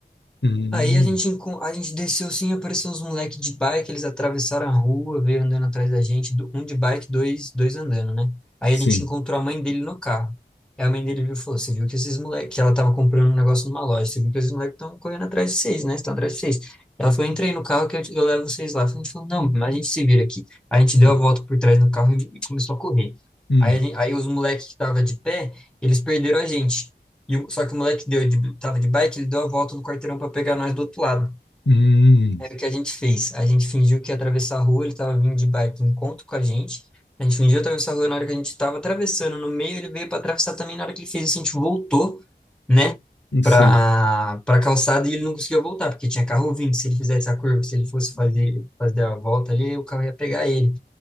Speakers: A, on the left (about 75°); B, in the centre.
A: Hum.
B: Aí a gente, encon- a gente desceu sim, apareceu uns moleques de bike, eles atravessaram a rua, veio andando atrás da gente, do- um de bike, dois, dois andando, né? Aí
A: Sim.
B: a gente encontrou a mãe dele no carro. Aí a mãe dele viu e falou: Você viu que esses moleques, que ela tava comprando um negócio numa loja, você viu que esses moleques estão correndo atrás de vocês, né? Estão atrás de vocês. Ela falou: Entrei no carro que eu, te- eu levo vocês lá. A gente falou: Não, mas a gente se vira aqui. A gente
A: Hum.
B: deu a volta por trás do carro e, e começou a correr.
A: Hum.
B: Aí, a gen- aí os moleques que estavam de pé, eles perderam a gente. E, o- só que o moleque deu, de, tava de bike, ele deu a volta no quarteirão para pegar nós do outro lado.
A: Hum.
B: Aí o que a gente fez? A gente fingiu que ia atravessar a rua, ele tava vindo de bike em encontro com a gente. A gente fingiu atravessar a rua na hora que a gente tava atravessando. No meio ele veio para atravessar também. Na hora que ele fez isso, a gente voltou, né,
A: Sim.
B: para para calçada e ele não conseguia voltar, porque tinha carro vindo. Se ele fizesse a curva, se ele fosse fazer, fazer a volta ali, o carro ia pegar ele.